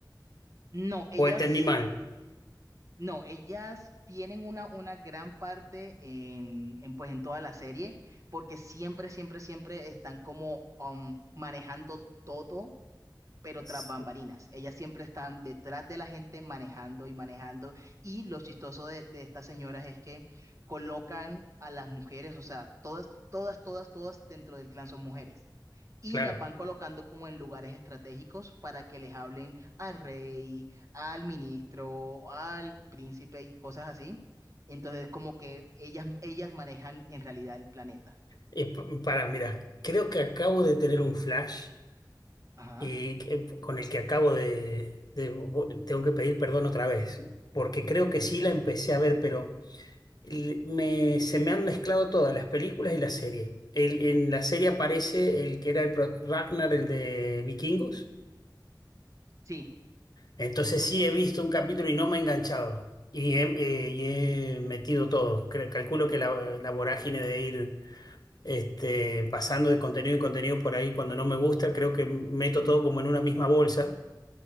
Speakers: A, on the right (about 45°); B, on the left (about 60°).
A: No, ellas,
B: ¿O entendí mal?
A: no, ellas tienen una, una gran parte en, en, pues en toda la serie porque siempre, siempre, siempre están como um, manejando todo pero
B: Sí,
A: tras bambalinas. Ellas siempre están detrás de la gente manejando y manejando. Y lo chistoso de, de estas señoras es que colocan a las mujeres, o sea, todas, todas, todas, todas dentro del clan son mujeres. Y
B: Claro.
A: las van colocando como en lugares estratégicos para que les hablen al rey, al ministro, al príncipe y cosas así. Entonces, como que ellas, ellas manejan en realidad el planeta.
B: Eh, pa- para, mira, creo que acabo de tener un flash
A: Ajá.
B: y que- eh, con el que acabo de, de vo- tengo que pedir perdón otra vez, porque creo que sí la empecé a ver, pero l- me, se me han mezclado todas las películas y la serie. El- en la serie aparece el que era el pro- Ragnar, el de Vikingos.
A: Sí.
B: Entonces sí he visto un capítulo y no me he enganchado. Y he, eh, y he metido todo. Cre- Calculo que la, la vorágine de ir este, pasando de contenido en contenido por ahí cuando no me gusta, creo que meto todo como en una misma bolsa.